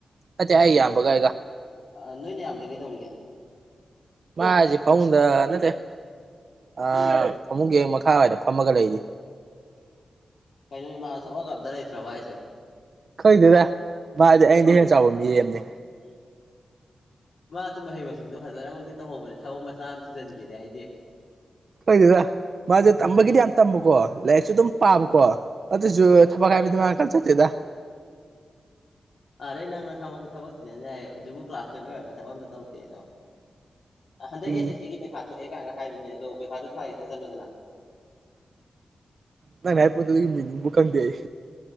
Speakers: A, on the right; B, on the left.
A: ꯑꯦ ꯑꯩꯒꯤ ꯏꯌꯥꯝꯕꯒ ꯑꯩꯒ
B: ꯅꯣꯏꯅ ꯅꯌꯥꯝꯕꯗꯤ ꯀꯩꯗꯧꯔꯤꯒꯦ
A: ꯃꯥꯁꯦ ꯍꯥꯏꯖꯦ ꯐꯃꯨꯡꯗꯥ ꯅꯠꯇꯦ ꯑ ꯐꯃꯨꯡꯒꯤ ꯍꯦꯛ ꯃꯈꯥꯋꯥꯏꯗ ꯐꯝꯃꯒ ꯂꯩꯔꯤ
B: ꯀꯩꯅꯣꯅꯦ ꯃꯥ ꯊꯕꯛꯒ ꯑꯝꯇ ꯂꯩꯇ꯭ꯔꯕ ꯍꯥꯏꯁꯨ
A: ꯈꯪꯗꯦꯗ ꯃꯥꯗꯤ ꯑꯩꯉꯣꯟꯗꯩ ꯍꯦꯟꯅ ꯆꯥꯎꯕ ꯃꯤꯔꯦꯝꯅꯦ
B: ꯃꯥꯁꯨꯨ ꯃꯍꯩ ꯃꯁꯤꯡꯗꯣ ꯐꯖꯅꯃꯛꯇꯤ ꯇꯝꯍꯧꯕꯅꯦ ꯊꯕꯛ ꯃꯆꯥ ꯑꯃ ꯊꯤꯖꯤꯟꯒꯦꯗꯦ ꯍꯥꯏꯗꯤ
A: ꯈꯪꯗꯦꯗ ꯃꯥꯁꯦ ꯇꯝꯕꯒꯤꯗꯤ ꯌꯥꯝ ꯇꯝꯕꯀꯣ ꯂꯥꯏꯔꯤꯛꯁꯨ ꯑꯗꯨꯝ ꯄꯥꯕꯀꯣ ꯑꯗꯣꯏꯁꯨ ꯊꯕꯛ ꯍꯥꯏꯕꯗꯤ ꯃꯥ ꯀꯟ ꯆꯠꯇꯦꯗ
B: ꯑꯥꯗꯩ ꯅꯪ ꯅ ꯁꯥꯃꯛꯁꯨ ꯊꯕꯛ ꯊꯤꯖꯤꯟ ꯌꯥꯏ ꯍꯧꯖꯤꯛꯄꯨ ꯀ꯭ꯂꯥꯁ ꯇꯦꯞ ꯂꯣꯏꯔꯒ ꯊꯕꯛ ꯑꯝꯇ ꯇꯧꯗꯦꯗꯣ ꯍꯟꯗꯛ
A: ꯎꯝ
B: ꯑꯦꯁ ꯑꯦꯁꯤꯒꯤ ꯄꯩꯈꯥ ꯊꯣꯛꯑꯦ ꯀꯥꯏꯒ ꯍꯥꯏꯕꯅꯦ ꯑꯗꯣ ꯄꯩꯈꯥꯗꯨꯣ ꯊꯥꯒꯦ ꯊꯥꯖꯤꯜꯂꯣꯗꯅ
A: ꯅꯪꯅ ꯍꯥꯏ ꯄꯣꯠꯇꯨ ꯑꯗꯨꯒꯤ ꯃꯤꯅꯤꯡꯕꯨ ꯈꯪꯗꯦ ꯑꯩ